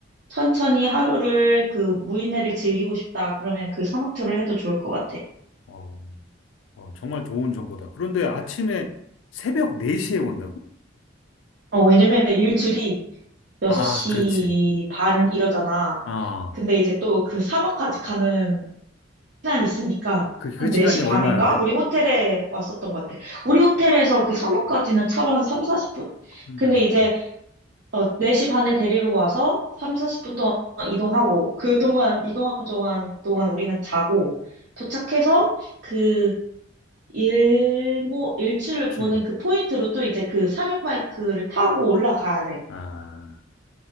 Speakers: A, on the right; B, on the left.
A: 천천히 하루를 그 무인회를 즐기고 싶다 그러면 그 사막 투어를 해도 좋을 것 같아.
B: 어, 어, 정말 좋은 정보다. 그런데 아침에 새벽 4시에 온다고?
A: 어, 왜냐면 일출이 6시
B: 아, 그렇지.
A: 반 이러잖아.
B: 아,
A: 근데 이제 또 그 사막까지 가는 시간이 있으니까
B: 그, 그
A: 한
B: 시간이
A: 4시 반인가?
B: 얼마나 돼?
A: 우리 호텔에 왔었던 것 같아. 우리 호텔에서 그 사막까지는 차로 한 3, 40분?
B: 사0분
A: 근데 이제 어, 4시 반에 데리러 와서 3, 40분 동안 이동하고 그동안 이동한 동안 동안 우리는 자고 도착해서 그 일모 일출을
B: 7.
A: 보는 그 포인트로 또 이제 그 사륜 바이크를 타고 올라가야 돼.
B: 아,